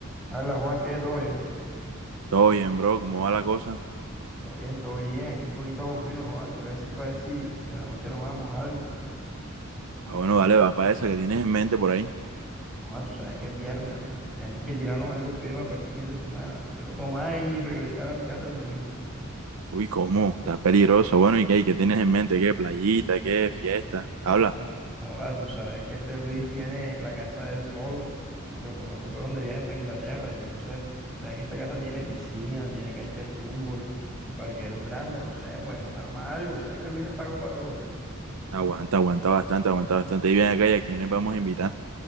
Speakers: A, in the centre; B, on the right (about 85°).
A: Hola Juan, ¿qué? ¿Todo bien?
B: Todo bien, bro, ¿cómo va la cosa?
A: Todo bien, todo bien. Aquí un poquito aburrido, joda. Te iba a decir para ver si, si en la noche armábamos algo.
B: Ah, bueno, dale, va para esa que tienes en mente por ahí.
A: Joda, tú sabes que es viernes, ¿vale? Tenemos que tirarnos algo firme para este fin de semana. Quiero tomar y regresar a mi casa el domingo.
B: Uy, ¿cómo? Está peligroso? Bueno, ¿y qué, ¿Y qué tienes en mente? ¿Qué? ¿Playita? ¿Qué? ¿Fiesta? Habla.
A: No, joda, tú sabes que este Luis tiene la casa del solo, porque los papás se fueron de viaje para Inglaterra. Entonces, sabes que esta casa tiene piscina, tiene cancha de fútbol, el parquero es grande, no sé, podemos armar algo. Sabes que Luis es pago para todo.
B: Aguanta, aguanta bastante, aguanta bastante. Y ven acá, ¿y a quiénes vamos a invitar?